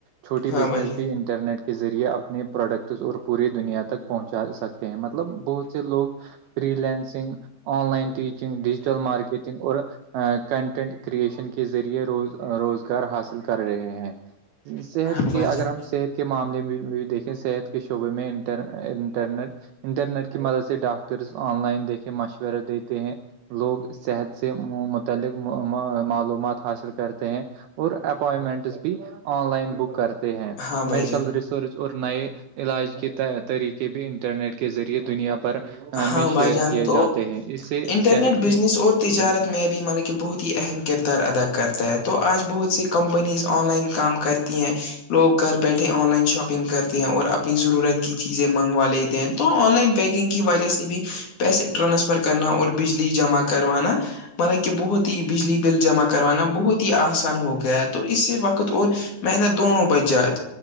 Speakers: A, on the right; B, on the left.
A: چھوٹی بزنس
B: ہاں بھائی جان
A: بھی انٹرنیٹ کے ذریعے اپنے پروڈکٹس اور پوری دنیا تک پہنچا سکتے ہیں مطلب بہت سے لوگ freelancing online teaching digital marketing اور کنٹینٹ کریئشن کے ذریعے روز روزگار حاصل کر رہے ہیں صحت
B: ہاں بھائی
A: کے اگر
B: جان
A: ہم صحت معاملے میں بھی دیکھیں صحت کے شعبے میں انٹرنیٹ انٹرنیٹ کی مدد سے ڈاکٹرس آن لائن دیکھے مشورہ دیتے ہیں لوگ صحت سے متعلق معلومات حاصل کرتے ہیں اور اپوائنٹمنٹس بھی آن لائن بک کرتے ہیں
B: ہاں بھائی
A: میڈیکل
B: جان
A: رس سرچ اور نئے علاج کے طریقے بھی انٹرنیٹ کے ذریعے دنیا بھر
B: ہاں
A: میں
B: بھائی
A: شیئر
B: جان
A: کیے
B: تو
A: جاتے ہیں اس سے
B: انٹرنیٹ
A: صحت
B: بزنس
A: کی
B: اور تجارت
A: بالکل
B: میں مطلب کہ بہت ہی اہم کردار ادا کرتا ہے تو آج بہت سی کمپنیز آن لائن کام کرتے ہیں لوگ گھر بیٹھے آن لائن شاپنگ کرتے ہیں اور اپنی ضرورت کی چیزیں منگوا لیتے ہیں تو آن لائن پیکنگ کی وجہ سے بھی پیسے ٹرانسفر کرنا اور بجلی جمع کروانا مان کہ بہت ہی بجلی بل جمع کروانا بہت ہی آسان ہو گیا ہے تو اس سے وقت اور محنت دونوں بجات